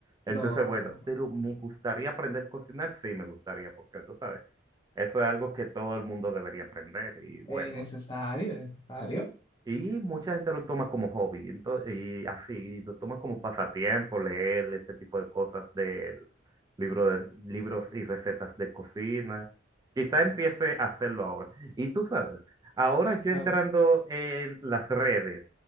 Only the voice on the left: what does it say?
No.
Eh, necesario, necesario.
Claro.